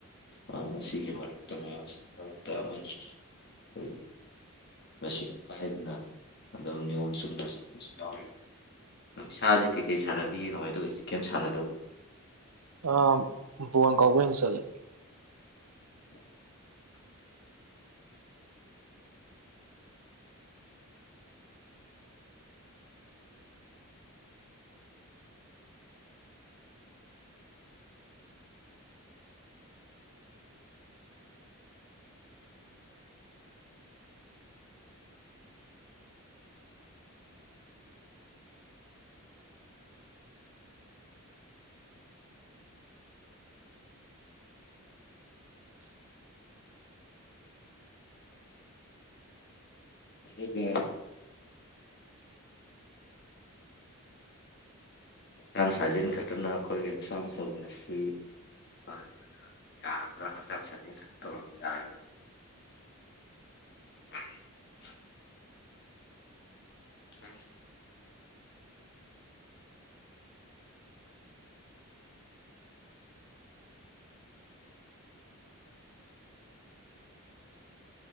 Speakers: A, on the left; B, on the right.
A: ꯑ ꯁꯤꯒꯤ ꯃꯔꯛꯇ ꯃꯌꯥꯝ ꯁꯤꯒꯤ ꯃꯔꯛꯇ ꯑꯃꯅꯤ ꯑꯩꯈꯒꯤ ꯃꯁꯤꯥꯏꯗꯅ ꯑꯗꯨꯝ ꯅꯤꯌꯣꯝ ꯆꯨꯝꯅ ꯆꯠꯄꯁꯨ ꯌꯥꯎꯔ ꯁꯥꯁꯤꯦ ꯀꯩꯀꯩ ꯁꯥꯟꯅꯕꯤꯒꯦ ꯀꯃꯥꯏꯅ ꯇꯧꯗꯣꯏꯁꯤ ꯀꯩꯝ ꯁꯥꯟꯅꯗꯕꯅ
B: ꯑ ꯐꯣꯟ ꯀꯥꯎꯄꯅ ꯆꯂꯦ
A: <unintelligible> ꯦ ꯍꯛꯆꯥꯡ ꯁꯥꯖꯦꯟ ꯈꯛꯇꯅ ꯑꯩꯈꯣꯏꯒꯤ ꯍꯛꯆꯥꯡ ꯐꯕ ꯑꯁꯤ ꯐ ꯌꯥꯔꯔ ꯍꯁꯁ ꯇꯧ ꯌꯥꯔ <unintelligible> ꯑ